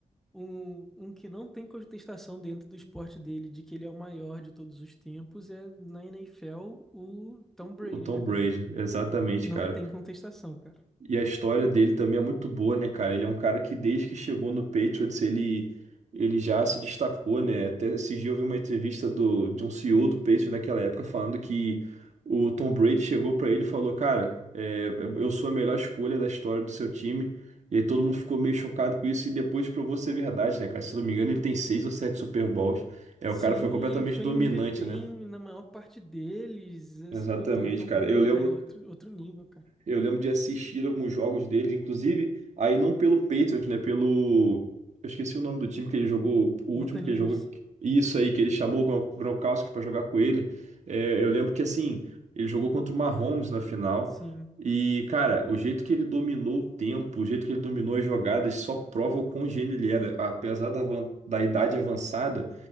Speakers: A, in the centre; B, on the right.
A: Um, um que não tem contestação dentro do esporte dele, de que ele é o maior de todos os tempos, é na NFL o Tom Brady,
B: O Tom
A: né, cara?
B: Brady, exatamente,
A: Não
B: cara.
A: tem contestação, cara.
B: E a história dele também é muito boa, né, cara? Ele é um cara que desde que chegou no Patriots, ele, ele já se destacou, né? Até esse dia eu vi uma entrevista do, de um CEO do Patriots naquela época falando que o Tom Brady chegou pra ele e falou, cara, é, eu sou a melhor escolha da história do seu time. E aí todo mundo ficou meio chocado com isso e depois provou ser verdade, né, cara? Se eu não me engano, ele tem seis ou sete Super Bowls. É,
A: Sim,
B: o cara foi completamente
A: e foi
B: dominante,
A: MVP em-
B: né?
A: na maior parte deles. Assim,
B: Exatamente,
A: o, To- o Tom
B: cara.
A: Brady,
B: Eu lembro
A: cara, é outro, outro nível, cara.
B: Eu lembro de assistir alguns jogos dele, inclusive, aí não pelo Patriots, né? Pelo. Eu esqueci o nome do time que ele jogou, o
A: Buccaneers,
B: último que ele jogou. Isso aí, que ele chamou o Gron- Gronkowski pra jogar com ele. É, eu lembro que, assim, ele jogou contra o Mahomes na final.
A: sim.
B: E, cara, o jeito que ele dominou o tempo, o jeito que ele dominou as jogadas, só prova o quão gênio ele era. Apesar da, van- da idade avançada,